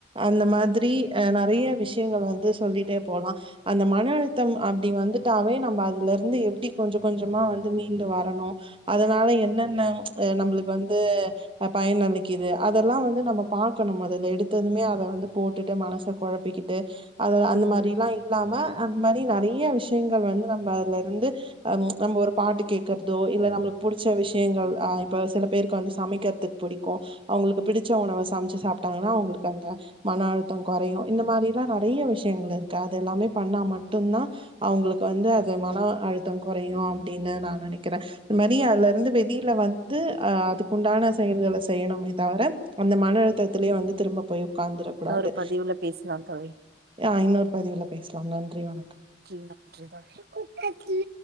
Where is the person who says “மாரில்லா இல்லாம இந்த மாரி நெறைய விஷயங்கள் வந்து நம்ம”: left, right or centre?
Right